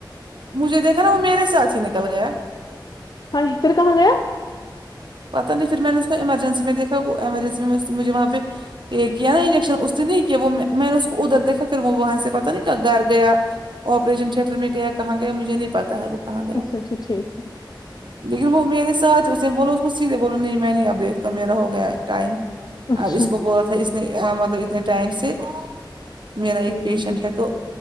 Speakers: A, on the right; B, on the left.
A: مجھے دیکھا نا وہ میرے ساتھ ہی نکل گیا
B: ہاں پھر کہاں گیا
A: پتا نہیں پھر میں نے اس کو ایمرجنسی میں دیکھا وہ ایمرجنسی میں مجھے وہاں پہ یہ کیا نا انجیکشن اس نے نہیں کیا وہ میں نے اس کو ادھر دیکھا پھر وہ وہاں سے پتہ نہیں کہ گھر گیا آپریشن تھیٹر میں گیا کہاں گیا مجھے نہیں پتہ ہے وہ کہاں گیا
B: اچھا اچھا ٹھیک ہے
A: لیکن وہ میرے ساتھ اسے بولو کچھ سیدھے بولا نہیں میں نہیں اب دیکھ تو میرا ہو گیا ٹائم
B: اچھا
A: اب اس کو بولا تھا مطلب اتنے ٹائم سے میرا
B: ٹھیک
A: ایک پیشنٹ ہے تو